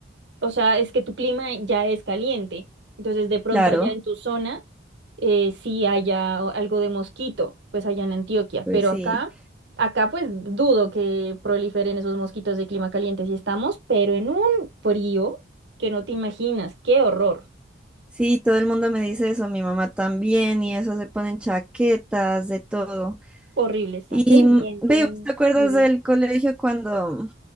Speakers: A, on the right; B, in the centre.
A: o sea, es que tu clima ya es caliente. Entonces, de pronto
B: Claro,
A: allá en tu zona eh, sí haya o- algo de mosquito, pues allá en Antioquia,
B: pues
A: pero
B: sí.
A: acá, acá pues dudo que proliferen esos mosquitos de clima caliente si estamos, pero en un frío que no te imaginas, qué horror.
B: Sí, todo el mundo me dice eso, mi mamá también, y eso se ponen chaquetas, de todo.
A: Horrible está.
B: Y
A: Un
B: mm,
A: viento,
B: ve,
A: un
B: ¿te acuerdas
A: lluvia.
B: del colegio cuando...